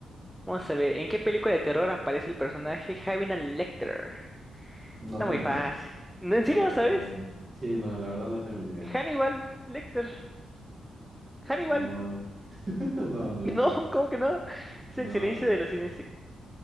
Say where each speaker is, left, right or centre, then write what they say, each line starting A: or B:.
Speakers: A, in the centre; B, on the right.
A: Vamos a ver, ¿en qué película de terror aparece el personaje Javier Lecter?
B: no
A: Está
B: tengo
A: muy
B: ni
A: fácil.
B: idea.
A: ¿No, ¿En
B: No,
A: serio no
B: la
A: sabes?
B: verdad. no. Sí, no, la verdad no tengo ni idea.
A: Hannibal Lecter. Hannibal.
B: No, no,
A: <laughs>
B: <laughs> no, no.
A: No,
B: No,
A: ¿cómo que no? Es
B: No,
A: el silencio
B: la verdad
A: de los
B: no.
A: cines.